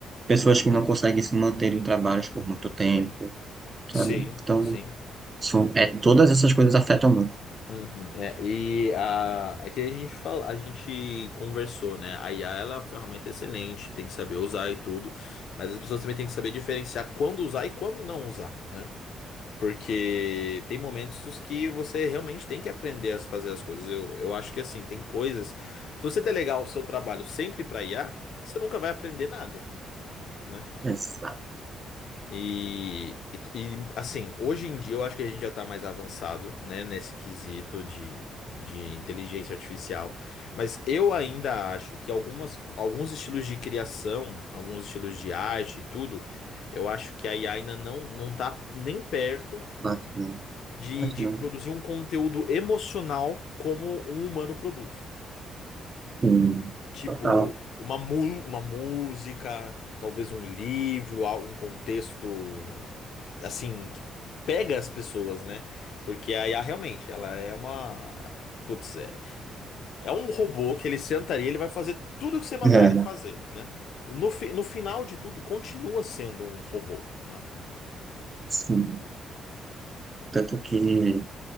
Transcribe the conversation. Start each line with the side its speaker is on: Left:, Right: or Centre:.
Right: Pessoas que não conseguem se manter em trabalhos por muito tempo,
Left: Sim,
Right: sabe? Então,
Left: sim.
Right: são, é, todas essas coisas afetam muito.
Left: Uhum, é, e a, é que a gente fala, a gente conversou, né? A IA ela é uma ferramenta excelente, tem que saber usar e tudo, mas as pessoas também têm que saber diferenciar quando usar e quando não usar, né? Porque tem momentos os que você realmente tem que aprender a fazer as coisas. Eu, eu acho que assim, tem coisas. Se você delegar o seu trabalho sempre para IA, você nunca vai aprender nada, né?
Right: Exato.
Left: E, e, e, assim, hoje em dia eu acho que a gente já tá mais avançado, né, nesse quesito de, de inteligência artificial, mas eu ainda acho que algumas, alguns estilos de criação, alguns estilos de arte e tudo, eu acho que a IA ainda não, não tá nem perto
Right: Batman.
Left: de,
Right: Batman.
Left: de produzir um conteúdo emocional como um humano produz.
Right: Hum.
Left: Tipo,
Right: Total.
Left: uma, mu uma música, talvez um livro, al- um contexto, assim, que pega as pessoas, né? Porque a IA realmente, ela é uma. Putz, é, é um robô que ele sentaria, ele vai fazer tudo o que você mandar
Right: É,
Left: ele fazer, né? No, fi- no final de tudo, continua sendo um robô, né?
Right: sim. Tanto que